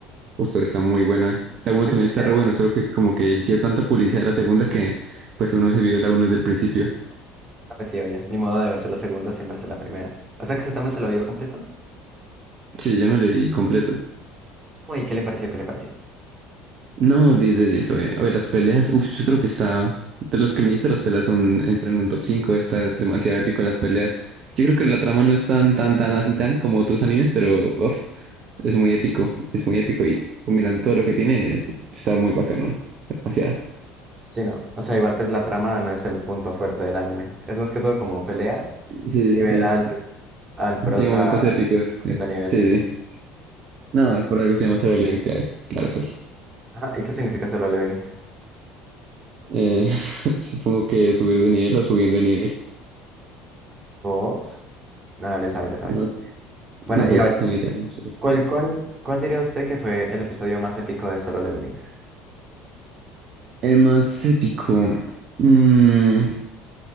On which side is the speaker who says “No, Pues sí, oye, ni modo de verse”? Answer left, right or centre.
Right